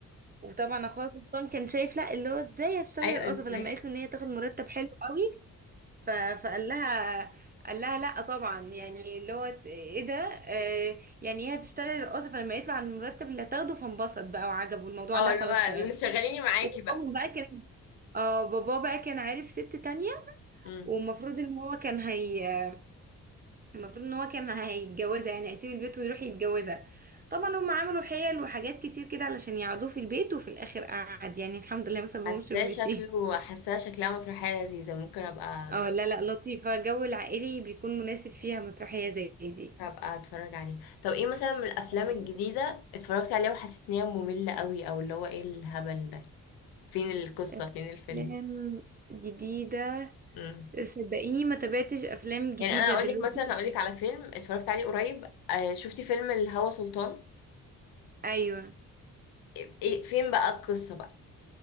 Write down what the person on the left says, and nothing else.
ايوه
ازاي
اه
اللي
هو شغليني معاكي
بقى
اه
حاساه
شكله حاساه شكلها مسرحية لذيذة ممكن ابقى
اتفرج
ابقى اتفرج عليها طب ايه مثلا من الافلام
الجديدة اتفرجت عليها وحسيت ان هي مملة قوي او اللي هو ايه الهبل ده فين القصة
فين الفيلم
امم
يعني انا اقول
لك مثلا اقول لك على فيلم اتفرجت عليه قريب آه شفتي فيلم الهوى سلطان
ايه إيه- فين بقى القصة بقى